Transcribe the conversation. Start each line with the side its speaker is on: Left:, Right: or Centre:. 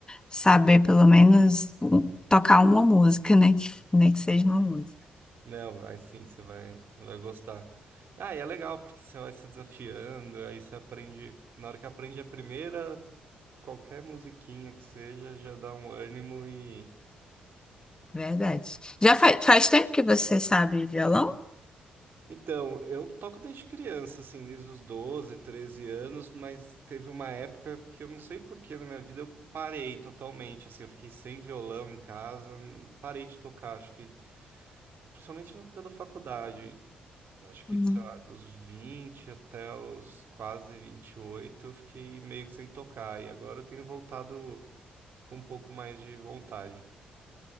Left: saber pelo menos um- tocar uma música, né? Que, nem que seja uma música.
Right: Não, vai sim, você vai, vai gostar. Ah, e é legal, porque você vai se desafiando, aí você aprende. Na hora que aprende a primeira, qualquer musiquinha que seja, já dá um ânimo e.
Left: Verdade. Já fa- faz tempo que você sabe violão?
Right: Então, eu toco desde criança, assim, desde os 12 13 anos, mas teve uma época que eu não sei por que na minha vida eu parei totalmente, assim, eu fiquei sem violão em casa, parei de tocar, acho que principalmente na época da faculdade. Acho que,
Left: Hum.
Right: sei lá, dos 20 até os quase 28 eu fiquei meio que sem tocar. E agora eu tenho voltado com um pouco mais de vontade.